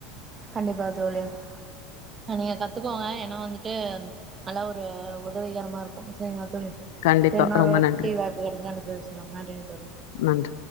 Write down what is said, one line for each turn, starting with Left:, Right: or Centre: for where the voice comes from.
Right: கண்டிப்பா தோழி அ நீங்க கத்துக்கோங்க ஏன்னா வந்துட்டு நல்லா ஒரு உதவிகரமா இருக்கு சேரிங்களா தோழி
Left: கண்டிப்பா.
Right: சேரி இன்னொருவாட்டி
Left: ரொம்ப நன்றி.
Right: வாய்ப்பு கெடைச்சானா நம பேசலா நன்றிங்க தோழி
Left: நன்றி.